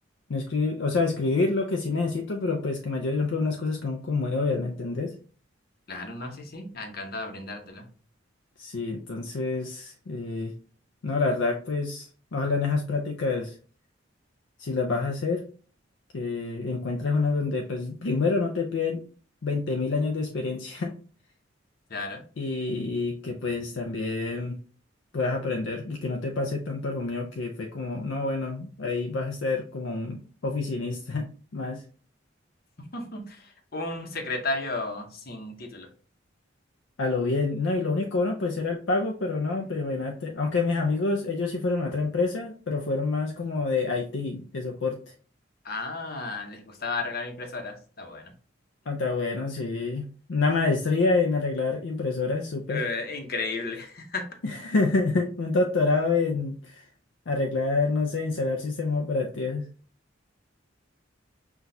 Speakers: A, on the left (about 65°); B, on the left (about 50°).
A: No escribir, o sea, escribir lo que sí necesito, pero pues que me ayude, por ejemplo, unas cosas que son como obvias, ¿me entendés?
B: Claro, no, sí, sí. Ah, Encantado de brindártelo.
A: Sí, entonces, eh, no, la verdad, pues, ojalá en esas prácticas, si las vas a hacer, que encuentres una donde, pues, primero no te piden 20.000 años de experiencia
B: Claro.
A: <laughs> y que, pues, también puedas aprender y que no te pase tanto a lo mío que fue como, no, bueno, ahí vas a ser como un oficinista <laughs> más.
B: <laughs> Un secretario sin título.
A: A lo bien, no, y lo único bueno, pues era el pago, pero no, pues imagínate, aunque mis amigos, ellos sí fueron a otra empresa, pero fueron más como de IT, de soporte.
B: Ah, les gustaba arreglar impresoras. Está bueno.
A: Hasta bueno, sí, una maestría en arreglar impresoras, súper.
B: Eh, increíble. <laughs>
A: <laughs> Un doctorado en arreglar, no sé, instalar sistemas operativos.